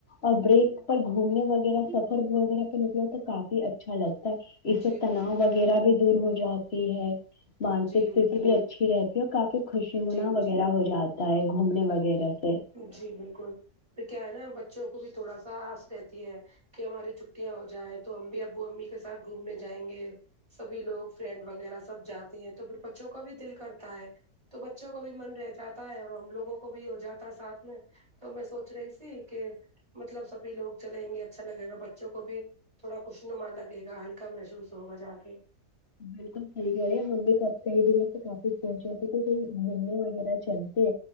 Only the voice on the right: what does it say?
جی
بالکل
جی
جی
جی
جی بالکل پھر کیا ہے نا بچوں کو بھی تھوڑا سا آس رہتی ہے کہ ہماری چھٹیاں ہو جائیں تو ہم بھی ابو امی کے ساتھ گھومنے جائیں گے سبھی لوگ فرینڈ وغیرہ سب جاتے ہیں تو پھر بچوں کا بھی دل کرتا ہے تو بچوں کو بھی من رہ جاتا ہے اور ہم لوگوں کو بھی ہو جاتا ہے ساتھ میں تو میں سوچ رہی کہ مطلب سبھی لوگ چلیں گے اچھا لگے گا بچوں کو بھی تھوڑا خوش نما لگے گا ہلکا محسوس ہوگا جا کے